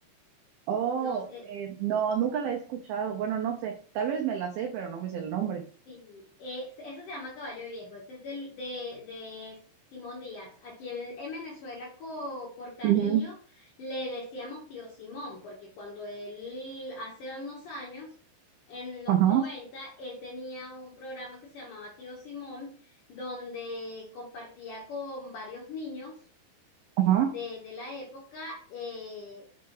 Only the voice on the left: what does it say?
No, eh,
sí, eh, ese se llama caballo viejo, ese es del, de, de Simón Díaz. Aquí en, en Venezuela, co- por cariño,
le decíamos tío Simón, porque cuando él, hace unos años, en los
noventa él tenía un programa que se llamaba Tío Simón, donde compartía con varios niños
de, de la época eh,